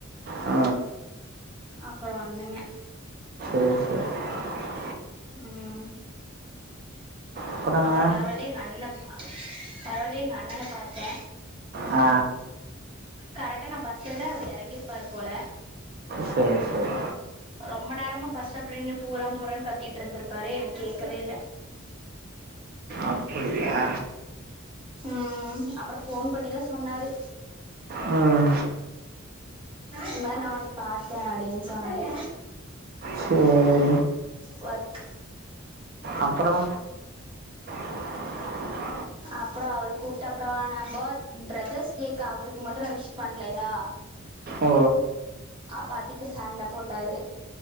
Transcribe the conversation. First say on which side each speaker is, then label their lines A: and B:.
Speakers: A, on the right (about 45°); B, on the right (about 25°).
A: அ
B: அப்றோ வந்தாங்க
A: <unintelligible>
B: ம்
A: அப்பறங்க
B: அப்றோ வரவல்லே நல்ல வரவழில எங்க அண்ணன பாத்தே
A: ஆ
B: கரெக்டா நா பஸு ஏர்றே அவுரு எறங்கிருப்பாரு போல
A: சரி சரி
B: ரொம்ப நேரமா பஸ் ஸ்டாப்ல நின்னு பூரா பூரானு கத்திட்ருந்துருக்காரு எனக்கு கேக்கவே இல்ல
A: அப்டியா
B: ம் அப்றோ ஃபோன் பண்ணிதா சொன்னாரு
A: ம்
B: இல்ல நா ஒன்னய பாத்தே அப்டின்னு சொன்னாரு
A: சேர்
B: வொர்க்
A: அப்றோ <inaudible>
B: அப்றோ அவுரு கூப்ட்ட அப்றோ நா பத் பிரதர்ஸ் டேக்கு அவுருக்கு மட்டு நா விஷ் பண்லயா
A: ஓ
B: அப்ப அதுக்கு சண்ட போட்டாரு